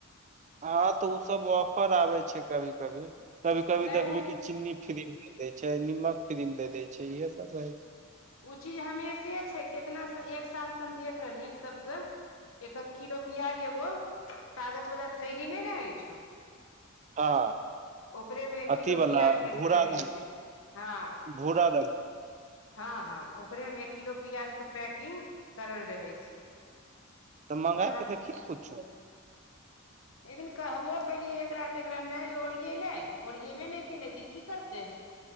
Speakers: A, on the right (about 35°); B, on the left (about 70°).
A: हँ तऽ ओ सब ऑफर आबै छै कभी कभी कभी कभी
B: नहि
A: देखबी
B: ओ
A: की चीन्नी फ्री मे दे देय छै नीमक फ्री मे दे देय छै इहे सब रहे छै
B: ओ चीज हमेशे छै कितना स एक साल से हम देख रहलियै सबके एक एक किलो पियाज एगो कागज वला थैली नै रहै छौ
A: हँ
B: ओकरे मे एक
A: अथी
B: किलो
A: वाला
B: पियाज कर
A: भूरा
B: के रहै
A: रंग
B: छै हँ
A: भूरा रंग
B: हँ हँ ओकरे मे एक किलो प्याज के पैकिंग करल रहे छै
A: तऽ मंगा
B: ओकरा
A: के देखी
B: मे सबटा
A: ने कुछो
B: एकदिन कहबो केलियै एकरा तऽ एकरा नहि ओरियएले ओरियेबे नहि केले तऽ ई की करते